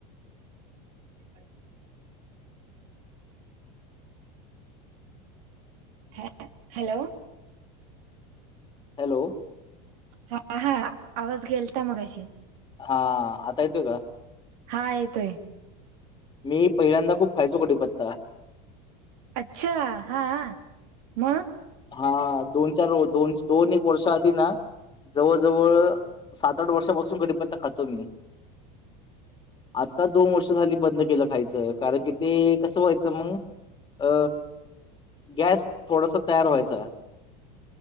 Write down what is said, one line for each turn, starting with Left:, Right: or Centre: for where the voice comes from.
Right: अल. हॅ- हॅलो.
Left: हॅलो.
Right: हा हा आवाज गेलता मघाशी.
Left: हा आता येतोय का.
Right: हा येतोय
Left: मी पहिल्यांदा खूप खायचं कढीपत्ता.
Right: अच्छा हा मग.
Left: हा दोन चार दोन दोन एक वर्ष आधी ना. जवळ जवळ सात आठ वर्षापासून कडीपत्ता खातो मी. आता दोन वर्ष झाली बंद केलं खायचं कारण की ते कसं व्हायचं मग. अ गॅस थोडस तयार व्हायचा.